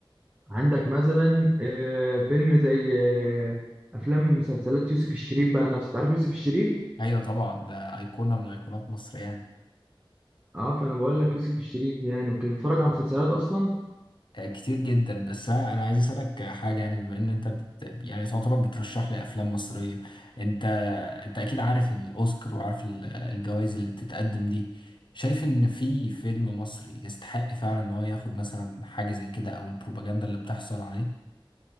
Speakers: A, on the right; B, on the left.
A: عندك مثلا آه، فيلم زي آه، افلام مسلسلات يوسف الشريف بقى نفسه تعرف يوسف الشريف
B: أيوة طبعا ده أيقونة من أيقونات مصر يعني
A: اه فانا بقول لك يوسف الشريف يعني وكده اتفرج على مسلسلات اصلا
B: آه، كتير جدا بس انا أنا عايز اسالك حاجه يعني بما ان انت بت... يعني تعتبر بترشح لي افلام مصريه انت انت اكيد عارف الاوسكار وعارف ال- الجوائز اللي بتتقدم دي شايف ان في فيلم مصري يستحق فعلا ان هو ياخد مثلا حاجه زي كده او البروباجندا اللي بتحصل عليه